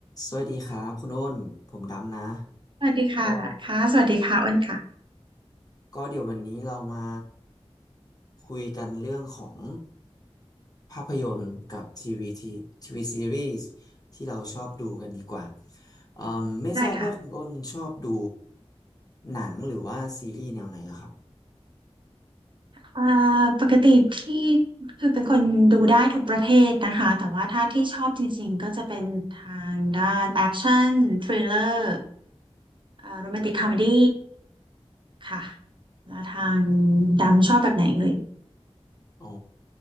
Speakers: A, on the left (about 35°); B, on the right (about 50°).
A: สวัสดีครับคุณอ้นผมดำนะ
B: สวัสดีค่ะค่ะสวัสดีค่ะอ้นค่ะ
A: ก็ก็เดี๋ยววันนี้เรามาคุยกันเรื่องของภาพยนตร์กับทีวีทีทีวีซีรีส์ที่เราชอบดูกันดีกว่าอืมไม่ทราบว่าคุณอ้นชอบดู
B: ได้ค่ะ
A: หนังหรือว่าซีรีส์แนวไหนล่ะครับ
B: เอ่อปกติที่คือเป็นคนดูได้ทุกประเภทนะคะ แต่ว่าถ้าที่ชอบจริงๆก็จะเป็นทางด้านแอคชั่นทริลเลอร์เอ่อโรแมนติกคอมเมดี้ค่ะ แล้วทางดำชอบแบบไหนเอ่ย
A: อ๋อ